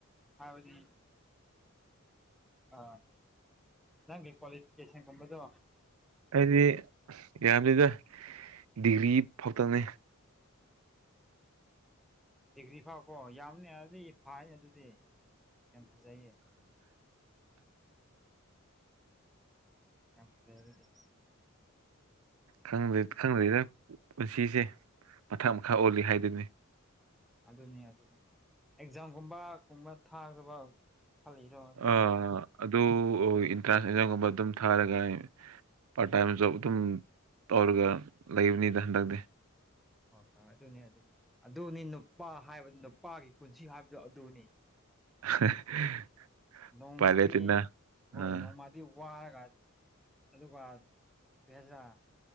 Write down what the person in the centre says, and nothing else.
ꯍꯥꯏꯕꯗꯤ ꯑ ꯅꯪꯒꯤ ꯀ꯭ꯋꯥꯂꯤꯤꯐꯤꯀꯦꯁꯟ ꯀꯨꯝꯕꯗꯣ
ꯗꯤꯒ꯭ꯔꯤ ꯐꯥꯀꯣ ꯌꯥꯝꯅꯤ ꯑꯗꯨꯗꯤ ꯐ ꯑꯗꯨꯗꯤ ꯌꯥꯝ ꯐꯖꯩꯌꯦ ꯌꯥꯝ ꯐꯖꯩ ꯑꯗꯨ
ꯑꯗꯨꯅꯤ ꯑꯗꯨꯅꯤ ꯑꯦꯛꯖꯥꯝꯒꯨꯝꯕ ꯀꯨꯝꯕ ꯊꯥꯒꯗꯕ ꯈꯜꯂꯤꯔꯣ ꯑꯗꯨꯒ
ꯍꯣꯏ ꯍꯣꯏ ꯑꯗꯨꯅꯤ ꯑꯗꯨꯅꯤ ꯑꯗꯨꯅꯤ ꯅꯨꯄꯥ ꯍꯥꯏꯕ ꯅꯨꯄꯥꯒꯤ ꯄꯨꯟꯁꯤ ꯍꯥꯏꯕꯗꯣ ꯑꯗꯨꯅꯤ
ꯅꯣꯡꯃꯗꯤ
ꯍꯣꯏ
ꯅꯣꯡꯃꯗꯤ ꯋꯥꯔꯒ ꯑꯗꯨꯒ ꯍꯖꯔ